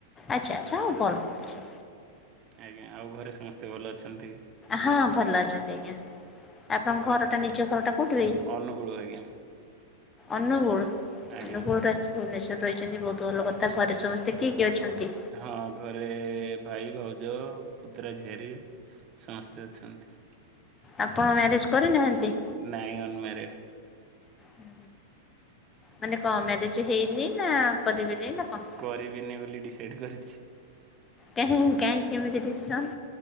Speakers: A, on the left (about 20°); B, on the right (about 40°).
A: ଆଚ୍ଛା ଆଚ୍ଛା ହଉ ଭଲ।
B: ଆଜ୍ଞା ଆଉ ଘରେ ସମସ୍ତେ ଭଲ ଅଛନ୍ତି?
A: ହଁ ଭଲ ଅଛନ୍ତି ଆଜ୍ଞା। ଆପଣଙ୍କ
B: ହଁ
A: ଘର ଟା ନିଜ ଘର ଟା କୋଉଠି ଭାଇ?
B: ଅନୁଗୁଳୁ ଆଜ୍ଞା
A: ଅନୁଗୁଳ
B: ଆଜ୍ଞା।
A: ଅନୁଗୁଳରେ। ଭୁବନେଶ୍ଵର ରହିଛନ୍ତି ବହୁତ ଭଲ କଥା। ଘରେ ସମସ୍ତେ କିଏ କିଏ ଅଛନ୍ତି?
B: ହଁ ଘରେ ଭାଇ ଭଉଜ ପୁତୁରା ଝିଆରୀ ସମସ୍ତେ ଅଛନ୍ତି।
A: ଆପଣ ମ୍ୟାରେଜ କରିନାହାନ୍ତି?
B: ନାଇଁ ଅନମ୍ୟାରେଡ।
A: ହୁଁ ମାନେ କଣ ମ୍ୟାରେଜ ହେଇନି ନା କରିବେନି ନା କଣ?
B: କରିବିନି ବୋଲି ଡିସାଇଡ କରିଛି।
A: <unintelligible> କାହିଁକି ଏମିତି ଡିସିସନ?